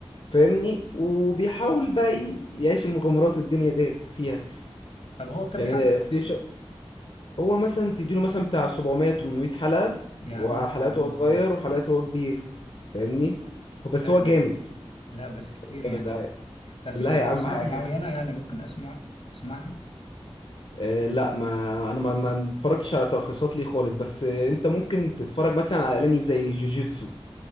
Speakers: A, on the left; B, on the left.
A: فاهمني وبيحاول بقى ي- يعيش المغامرات الدنيا ديت فيها
B: طب هو كام
A: يعني
B: حلقة
A: في
B: أصلا؟
A: ش... هو مثلا تديله مثلا بتاع 700 800 حلقة
B: يا
A: وحلقاته
B: عم ليه يا عم
A: هو صغير
B: كده؟
A: وحلقاته هو كبير فاهمني هو بس
B: فاهم
A: هو جامد
B: لا بس كتير
A: هو جامد
B: يعني
A: أيوة.
B: طب في
A: لا
B: تلخيصات
A: يا عم هيعجبك
B: معينة يعني ممكن أسمع أسمعها؟
A: آه لا ما انا ما ما اتفرجتش على تلخيصات ليه خالص بس آه، انت ممكن تتفرج مثلا على انمي زي جوجيتسو